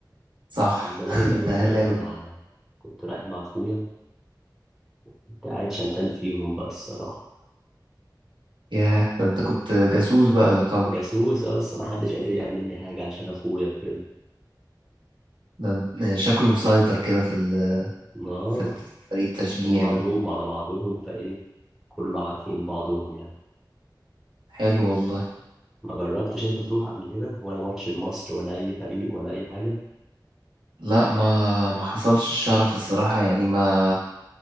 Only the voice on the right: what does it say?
صح
<laughs> انت
اهلاوي
ياه ده انت كنت جاسوس بقى يعتبر
ده انت- شكله مسيطر كده في ال...
في الت- فريق التشجيع
ده
حلو والله
لا ما ما حصلش الشرف الصراحة يعني ما